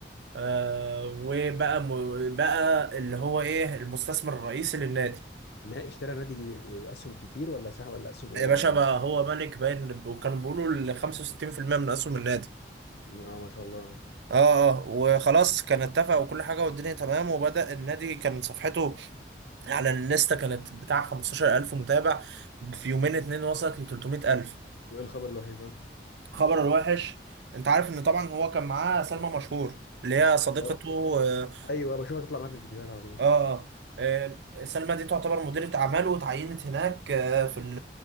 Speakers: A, on the right; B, on the left.
A: آه وبقى م... بقى اللي هو ايه المستثمر الرئيسي للنادي
B: نا- اشترى نادي ب- اسهم كتير ولا سهم ولا اسهم قليله
A: يا باشا
B: ولا
A: بقى
B: ايه
A: هو ملك باين وكانوا بيقولوا ال 65% من اسهم النادي
B: اه ما شاء الله
A: اه اه وخلاص كان اتفق وكل حاجه والدنيا تمام وبدأ النادي كان صفحته على الانستا كانت بتاع 15000 متابع في يومين اتنين وصلت ل 300000
B: وايه الخبر الوحش بقى
A: خبر الوحش انت عارف ان طبعا هو كان معاه سلمى مشهور اللي هي صديقته
B: اه،
A: اه
B: ايوه بشوفها تطلع معاه في الفيديوهات على طول
A: اه آه، سلمى دي تعتبر مديرة اعماله وتعينت هناك آه، في ال